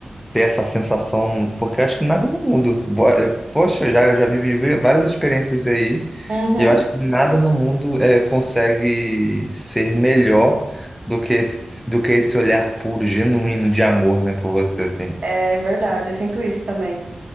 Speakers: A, in the centre; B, on the right (about 60°).
A: ter essa sensação, porque eu acho que nada no mundo. bo- eu- Poxa, eu já, eu já vivi vi- várias experiências aí,
B: Uhum.
A: e eu acho que nada no mundo eh, consegue ser melhor do que, esse- do que esse olhar puro, genuíno de amor, né, por você, assim.
B: É verdade, eu sinto isso também.